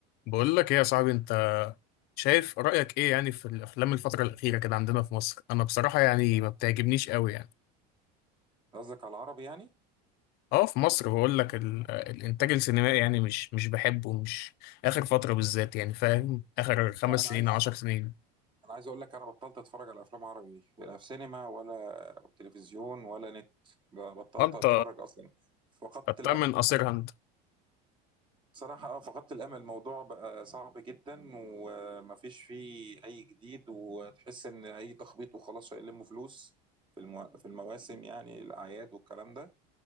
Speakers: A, on the left; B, on the right.
A: بقول لك ايه يا صاحبي انت شايف رأيك ايه يعني في الافلام الفترة الأخيرة كده عندنا في مصر انا بصراحة يعني ما بتعجبنيش قوي يعني
B: قصدك على العربي يعني
A: اه في مصر بقول لك ال- الانتاج السينمائي يعني مش مش بحبه مش اخر فترة بالذات يعني فاهم اخر خمس
B: لا انا
A: سنين
B: عايز
A: عشر سنين
B: انا عايز اقول لك انا بطلت اتفرج على افلام عربي لا في سينما ولا تلفزيون ولا نت ب- بطلت
A: وانت
B: اتفرج اصلا فقدت
A: بتأمن
B: الامل
A: قصيرها انت
B: صراحة اه فقدت الامل الموضوع بقى صعب جدا ومفيش فيه اي جديد وتحس ان اي تخبيط وخلاص هيلموا فلوس في المو... في المواسم يعني الاعياد والكلام ده